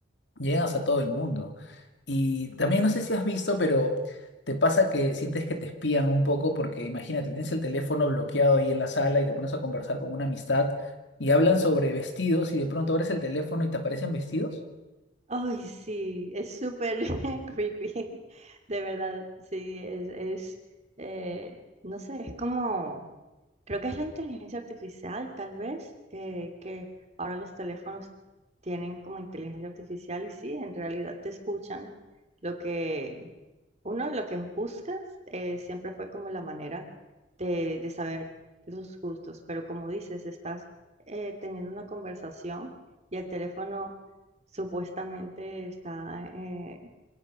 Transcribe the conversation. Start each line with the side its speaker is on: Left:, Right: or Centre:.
Left: llegas a todo el mundo. Y también no sé si has visto, pero te pasa que sientes que te espían un poco porque imagínate, tienes el teléfono bloqueado ahí en la sala y te pones a conversar con una amistad y hablan sobre vestidos y de pronto abres el teléfono y te aparecen vestidos.
Right: Ay, sí, es súper <laughs> creepy, de verdad, sí, es, es eh, no sé, es como... Creo que es la inteligencia artificial, tal vez, eh, que ahora los teléfonos tienen como inteligencia artificial y sí, en realidad te escuchan lo que uno, lo que buscas, eh, siempre fue como la manera de, de saber los gustos, pero como dices, estás eh, teniendo una conversación y el teléfono supuestamente está eh,